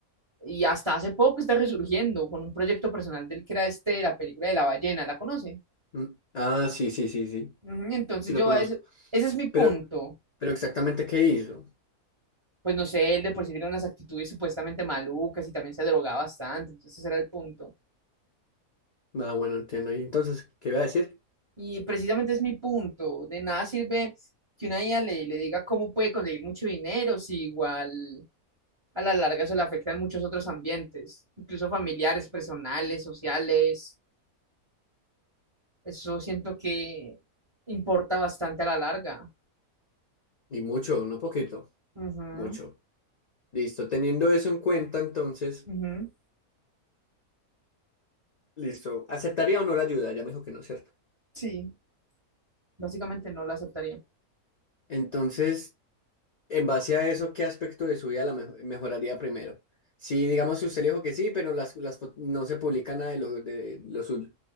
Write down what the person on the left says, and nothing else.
Mm, Ah, sí, sí, sí, sí.
Sí lo
conozco.
Pero, pero exactamente qué hizo.
Ah, bueno, entiendo. Y entonces, ¿qué iba a decir?
Y mucho, no poquito,
mucho. Listo, teniendo eso en cuenta, entonces,
listo. ¿Aceptaría o no la ayuda? Ya me dijo que no, ¿cierto?
Entonces, En base a eso, ¿qué aspecto de su vida la me- mejoraría primero? Si digamos si usted le dijo que sí, pero las, las fo- no se publica nada de lo, de lo suyo,